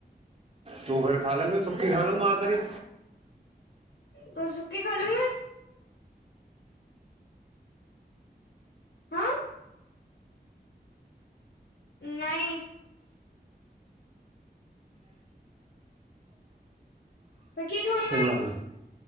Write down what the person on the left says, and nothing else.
ਤੁਸੀ ਸੁੱਕੀ ਖਾਲੋਗੇ। ਹੈਂ। ਨਈਂ। ਫੇ ਕੀ ਖਾਊਗੇ।